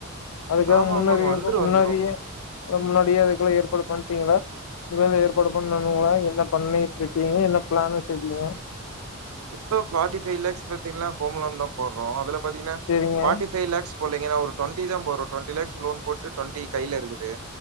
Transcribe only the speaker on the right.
ஆமா
ஆமாங்க வந்துரு
வந்துரு
இப்போ ஃபாடி ஃபைவ்லக்ஸ் பாத்தீங்ன்னா போம்லந்தா போட்றோ அதுல பாத்தீங்ன்னா
ஃபாட்டி ஃபைவ்லாக்ஸ் பொட்லைங்க நா ஒரு டுவெண்டி தா போடுற டுவெண்டி லக்ஸ் லோன் போட்டு டுவெண்டி கைல இருக்குது